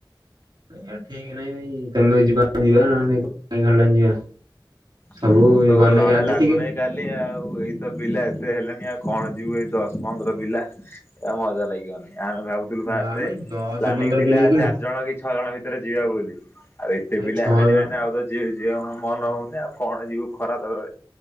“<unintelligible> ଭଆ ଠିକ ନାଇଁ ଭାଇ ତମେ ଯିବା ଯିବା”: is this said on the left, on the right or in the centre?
Right